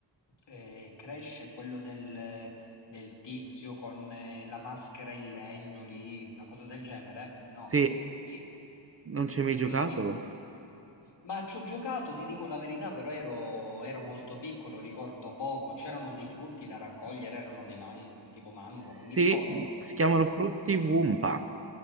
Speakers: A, on the left (about 75°); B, on the right (about 30°).
A: eh, Crash è quello del, del tizio con eh, la maschera in legno lì, una cosa del genere? No.
B: Se
A: Sì,
B: non ci hai mai
A: sì,
B: giocato?
A: sì. Ma ci ho giocato, ti dico la verità, però ero, ero molto piccolo, ricordo poco. C'erano dei frutti da raccogliere, erano dei man- tipo mango,
B: Sì,
A: non mi ricordo.
B: si chiamano Frutti Wumpa.